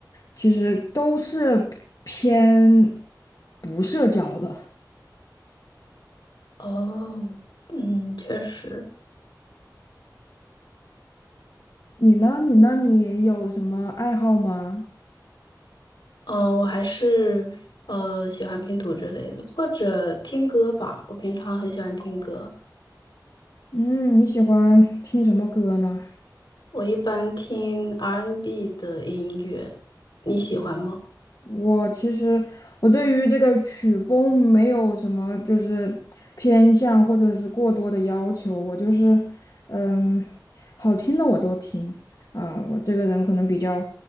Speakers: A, on the left; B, on the left.
A: 其实都是偏不社交的。
B: 哦，嗯，确实。
A: 你呢？你呢？你有什么爱好吗？
B: 嗯，我还是呃喜欢拼图之类的，或者听歌吧。我平常很喜欢听歌，
A: 嗯，你喜欢听什么歌呢？
B: 我一般听 R&B n 的音乐，你喜欢吗？
A: 我其实我对于这个曲风没有什么就是偏向或者是过多的要求，我就是嗯，好听的我都听啊、我这个人可能比较